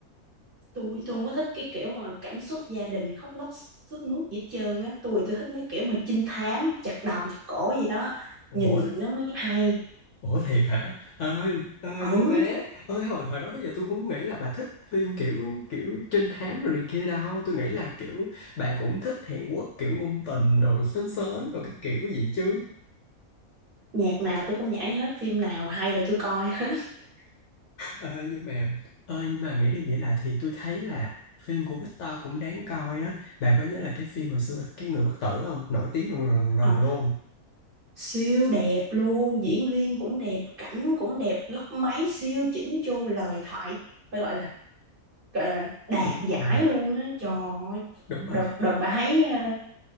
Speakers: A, on the right; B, on the left.
A: tôi tôi không có thích cái kiểu mà cảm xúc gia đình khóc lóc sướt mướt gì hết trơn á tôi tôi thích mấy kiểu mà trinh thám chặt đầu chặt cổ gì đó
B: Ủa
A: nhìn vậy nó mới hay
B: Ủa thiệt hả? Ơi, ơi
A: ừ,
B: nha má. Ơi hồi hồi đó tới giờ tôi không nghĩ là bà thích phim kiểu kiểu trinh thám rồi này kia đâu. Tôi nghĩ là kiểu bà cũng thích Hàn Quốc kiểu ngôn tình rồi sến sến rồi cái kiểu gì chứ.
A: nhạc nào tôi cũng nhảy hết phim nào hay là tôi coi hết <laughs>
B: Ơi nhưng mà ơi nhưng mà nghĩ đi nghĩ lại thì tôi thấy là phim của Victor cũng đáng coi á. Bà có nhớ là cái phim hồi xưa cái người bất tử không? Nổi tiếng rần rần, rần
A: Ờ,
B: luôn.
A: siêu đẹp luôn diễn viên cũng đẹp cảnh cũng đẹp góc máy siêu chỉnh chu lời thoại phải gọi là gọi là đạt
B: Đúng
A: giải
B: rồi,
A: luôn á trời ơi.
B: đúng rồi.
A: đợt
B: Ờ,
A: đợt bà thấy ờ,